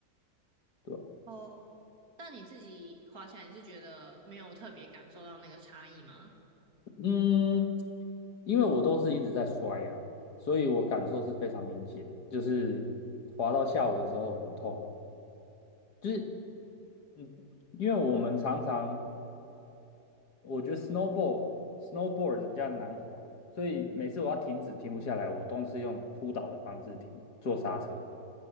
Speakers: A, on the left; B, on the right.
A: 对吧？
B: 哦，但你自己滑起来，你是觉得没有特别感受到那个差异吗？
A: 嗯，因为我都是一直在摔啦，所以我感受是非常明显，就是滑到下午的时候很痛，就是嗯，因为我们常常我觉得 snowboard snowboard 比较难滑，所以每次我要停止停不下来，我都是用扑倒的方式停，做刹车，